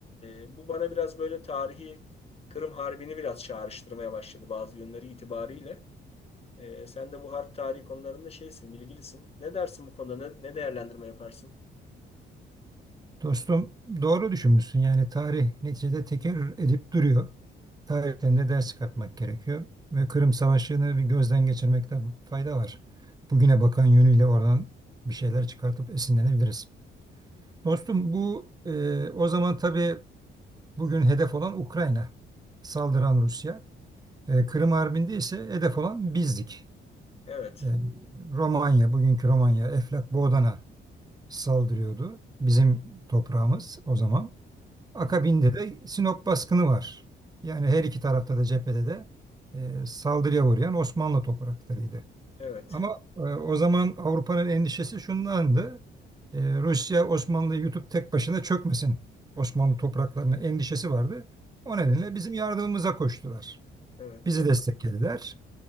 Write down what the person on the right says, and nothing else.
Dostum doğru düşünmüşsün. Yani tarih neticede tekerrür edip duruyor. Tarihten de ders çıkartmak gerekiyor. Ve Kırım Savaşı'nı bir gözden geçirmekte fayda var. Bugüne bakan yönüyle oradan bir şeyler çıkartıp esinlenebiliriz. Dostum bu e, o zaman tabii bugün hedef olan Ukrayna. Saldıran Rusya. E, Kırım Harbi'nde ise hedef olan bizdik.
E, Romanya, bugünkü Romanya, Eflak Boğdan'a saldırıyordu. Bizim toprağımız o zaman. Akabinde
de Sinop baskını var. Yani her iki tarafta da cephede de e, saldırıya uğrayan Osmanlı topraklarıydı.
Ama e, o zaman Avrupa'nın endişesi şundandı. E, Rusya Osmanlı'yı yutup tek başına çökmesin Osmanlı topraklarına endişesi vardı. O nedenle
bizim yardımımıza koştular.
Bizi
desteklediler.